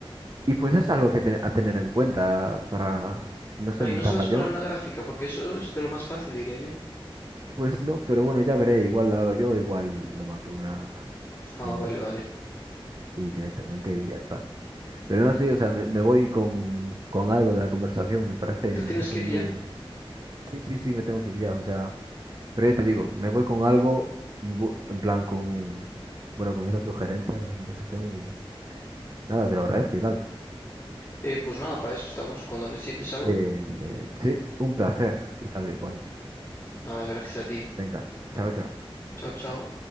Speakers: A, on the right (about 45°); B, on the left (about 25°).
A: Y pues es algo que te- a tener en cuenta para, no sé,
B: Ay,
A: montarla
B: no sabes poner
A: yo.
B: una gráfica porque eso es de lo más fácil, diría yo.
A: Pues no, pero bueno, ya veré, igual la hago yo, igual lo mando a una
B: Ah,
A: tienda.
B: vale, vale.
A: y directamente y ya está. Pero no sé, o sea, me, me voy con, con algo de la conversación, me parece,
B: ¿Te tienes
A: me parece
B: que
A: muy...
B: ir ya?
A: Sí, sí, sí, me tengo que ir ya, o sea, pero ya te digo, me voy con algo, me vo- en plan, con, bueno, con esa sugerencia de la conversación y nada, te lo agradezco y tal.
B: Eh, pues nada, para eso estamos. Cuando necesites algo,
A: Eh, eh, sí, un placer y tal y cual.
B: ah, gracias a ti.
A: Venga, chao, chao.
B: Chao, chao.